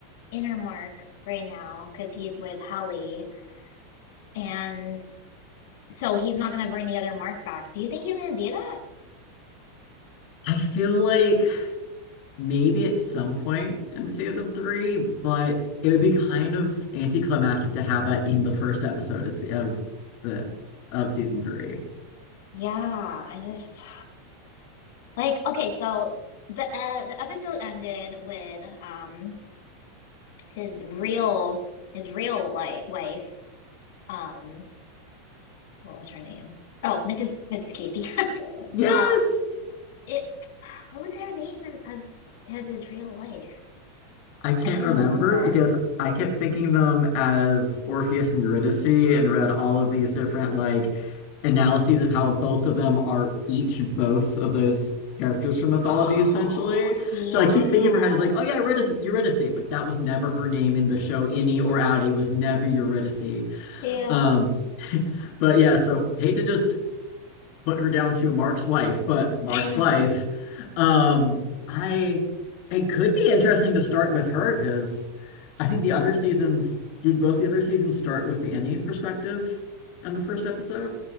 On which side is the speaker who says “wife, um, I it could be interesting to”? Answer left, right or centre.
Left